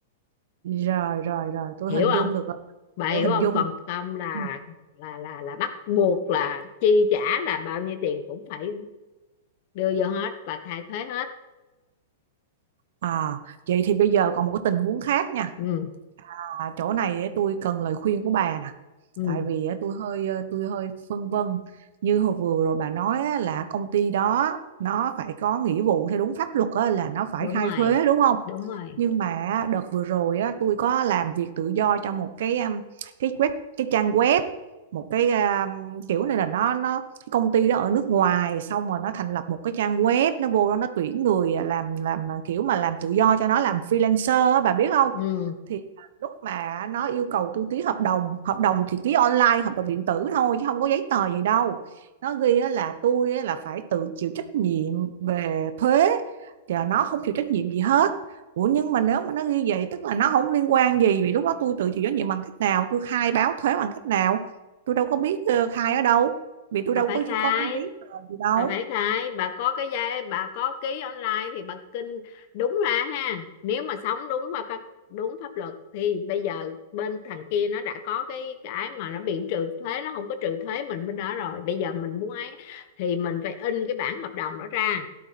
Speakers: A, on the right (about 70°); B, on the left (about 50°).
A: rồi rồi rồi tôi
B: hiểu
A: hình dung
B: không
A: được rồi
B: bà
A: tôi
B: hiểu không
A: hình dung
B: còn
A: được
B: không là
A: Ừ.
B: là là là bắt buộc là chi trả là bao nhiêu tiền cũng phải đưa vô hết và khai thuế hết
A: à vậy thì bây giờ còn một cái tình huống khác nha
B: ừ
A: à, chỗ này ấy, tôi cần lời khuyên của bà nè
B: ừ
A: tại vì á, tôi hơi ờ, tôi hơi phân vân như hồi vừa rồi bà nói á, là công ty đó nó phải có nghĩa vụ theo đúng pháp luật á, là nó phải
B: đúng
A: khai
B: rồi
A: thuế đúng không
B: đúng rồi
A: nhưng mà đợt vừa rồi á, tôi có làm việc tự do cho một cái um, cái web cái trang web một cái um, kiểu này là nó nó cái công ty đó ở nước ngoài xong rồi nó thành lập một cái trang web nó vô đó nó tuyển người à, làm làm à, kiểu mà làm tự do cho nó làm freelancer á, bà biết không
B: ừ
A: lúc mà nó yêu cầu tôi ký hợp đồng hợp đồng thì ký online hợp đồng điện tử thôi chứ không có giấy tờ gì đâu nó ghi á là tôi á là phải tự chịu trách nhiệm về thuế thì nó không chịu trách nhiệm gì hết Ủa nhưng mà nếu mà nó ghi vậy tức là nó không liên quan gì vì lúc đó tôi tự chịu trách nhiệm bằng cách nào tôi khai báo thuế bằng cách nào tôi đâu có biết ờ, khai ở đâu vì tôi
B: bà
A: đâu
B: phải
A: có
B: khai
A: có có giấy tờ gì đâu
B: bà phải khai bà có cái giai bà có ký online thì bà kinh đúng ra ha nếu mà sống đúng và pháp đúng pháp luật thì bây giờ bên thằng kia nó đã có cái cái mà nó bị trừ thuế nó không có trừ thuế mình bên đó rồi bây giờ mình muốn ấy thì mình phải in cái bản hợp đồng đó ra